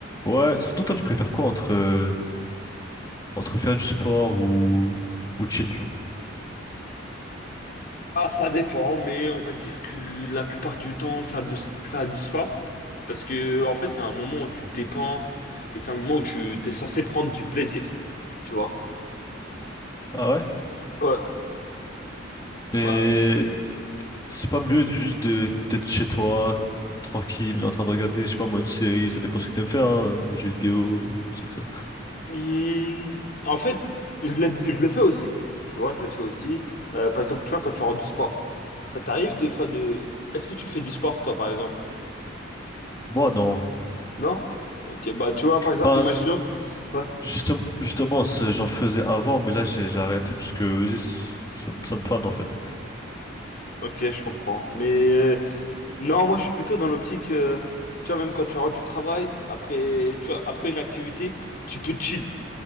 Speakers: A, on the left (about 20°); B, on the left (about 50°).
A: Ouais, sinon toi tu préfères quoi entre, euh, entre faire du sport ou, ou chill, genre?
B: Ah, ça dépend, mais on va dire que la plupart du temps, faire du, faire du sport, parce que en fait, c'est un moment où tu te dépenses et c'est un moment où tu t'es censé prendre du plaisir, tu vois.
A: Ah ouais?
B: Ouais,
A: Mais,
B: bah,
A: C'est pas mieux de- juste de d'être chez toi, tranquille, en train de regarder, je sais pas moi, une série, ça dépend ce que t'aimes faire, hein, jeux vidéo, tout ça. ça.
B: hmm, en fait, je le, je le fais aussi, tu vois, je le fais aussi. Euh, par exemple, tu vois, quand tu rentres du sport, ça t'arrive des fois de... Est-ce que tu fais du sport, toi, par exemple?
A: Moi, non.
B: Non? Ok, bah, tu vois, par exemple,
A: Enfin,
B: imaginons...
A: c- c-
B: Ouais,
A: justement, justement, c'est- j'en faisais avant, mais là, j'ai j'ai arrêté parce que, vas-y, c- ça, ça me fane, en fait.
B: ok, je comprends. Mais euh, Non, moi je suis plutôt dans l'optique, euh, tu vois, même quand tu rentres du travail, après, tu vois, après une activité, tu peux chill.